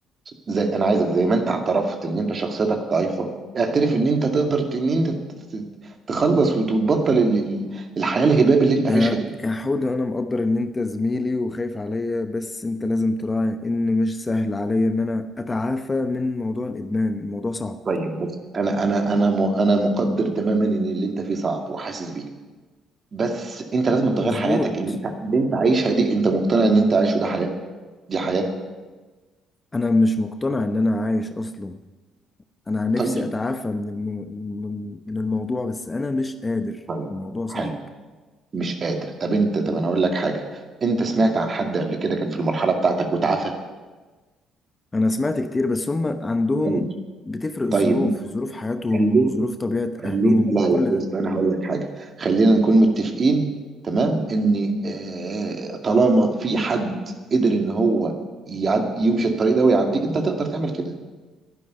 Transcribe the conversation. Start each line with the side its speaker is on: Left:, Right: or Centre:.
Right: زي انا عايزك زي ما انت اعترفت ان انت شخصيتك ضعيفه اعترف ان انت تقدر ت- ان انت ت- ت- تخلص وتبطل ال- ال- الحياه الهباب اللي انت
Left: يا
Right: عايشها دي
Left: يا حودة أنا مقدر إن أنت زميلي وخايف عليا بس أنت لازم تراعي إن مش سهل عليا إن أنا أتعافى من موضوع الإدمان الموضوع صعب
Right: طيب بص انا انا انا م- انا مقدر تماما ان اللي انت فيه صعب وحاسس بيه بس انت لازم تغير
Left: مظبوط
Right: حياتك اللي انت اللي انت عايشها دي انت مقتنع ان انت عايشه ده حياه دي حياه
Left: أنا مش مقتنع إن أنا عايش أصلا أنا نفسي
Right: طيب
Left: أتعافى من الم... من من الموضوع بس أنا مش قادر
Right: طيب
Left: الموضوع صعب
Right: حلو مش قادر طب انت طب انا اقول لك حاجه انت سمعت عن حد قبل كده كان في المرحله بتاعتك وتعافى
Left: أنا سمعت كتير بس هم عندهم
Right: طيب
Left: بتفرق الظروف
Right: طيب لا،
Left: ظروف حياتهم
Right: خلينا
Left: وظروف طبيعة
Right: خلينا
Left: أهلهم
Right: لا
Left: كل
Right: لا بص
Left: ده
Right: انا هقول لك حاجه خلينا نكون متفقين تمام ان آه، طالما في حد قدر ان هو يعد يمشي الطريق ده ويعديه انت تقدر تعمل كده